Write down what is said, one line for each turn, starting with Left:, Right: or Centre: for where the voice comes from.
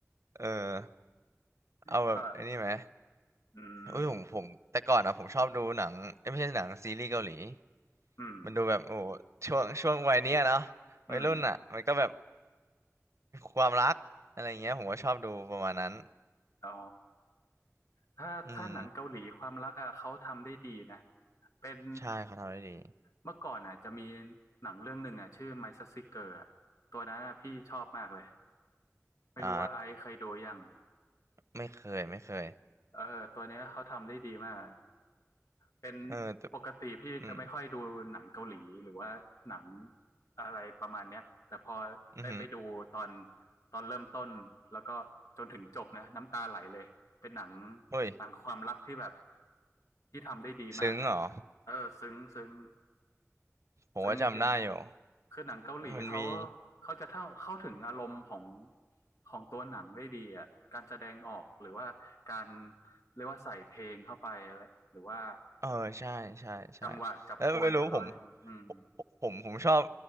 Right: เออเอาแบบไอันนี้ไหม
Left: ก็อืม
Right: อุ้ยผมผมแต่ก่อนอะผมชอบดูหนังเอ้ยไม่ใช่หนังซีรีส์เกาหลี
Left: อืม
Right: มันดูแบบโอ้โหช่วงช่วงวัยเนี้ยเนาะ
Left: อืม
Right: วัยรุ่นอะมันก็แบบความรักอะไรอย่างเงี้ยผมก็ชอบดูประมาณนั้น
Left: อ๋อถ้าถ้าหนังเกาหลีความรักอะเขาทำได้ดีนะ
Right: อืม
Left: เป็น
Right: ใช่เขาทำได้ดี
Left: เมื่อก่อนอะจะมีหนังเรื่องหนึ่งอะชื่อ My Sexy Girl อะตัวนั้นอะพี่ชอบมากเลยไม่รู้ว่าไอซ์เคยดูยัง
Right: อ่าไม่เคยไม่เคย
Left: เออตัวเนี้ยเขาทำได้ดีมาก เป็น
Right: เออแต่
Left: ปกติพี่จะไม่ค่อยดูหนังเกาหลีหรือว่าหนัง
Right: อืม
Left: อะไรประมาณเนี้ยแต่พอได้ไปดูตอน
Right: อืม
Left: ตอนเริ่มต้นแล้วก็จนถึงจบนะน้ำตาไหลเลย เป็นหนัง
Right: เฮ้ย
Left: หนังความรักที่แบบที่ทำได้ดีมากอะ
Right: <laughs> ซึ้งเหรอ
Left: เออซึ้งซึ้ง
Right: ผมว่าจำได้อยู่
Left: ซึ้งจริง คือหนังเกาหลีเขา
Right: มันมี
Left: เขาจะเข้าเข้าถึงอารมณ์ของของตัวหนังได้ดีอ่ะการแสดงออกหรือว่าการเรียกว่าใส่เพลงเข้าไปอะไรหรือว่า
Right: เออใช่ใช่ใช่
Left: จังหวะจับโพลเขาอืม
Right: แล้วไม่รู้ผมผมผมชอบ